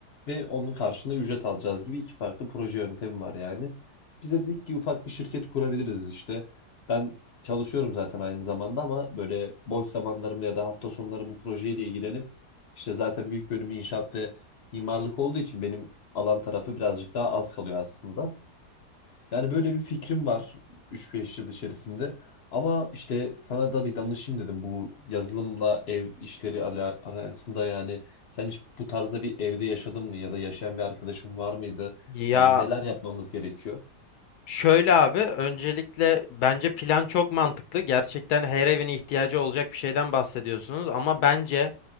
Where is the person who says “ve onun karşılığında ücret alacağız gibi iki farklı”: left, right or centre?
Left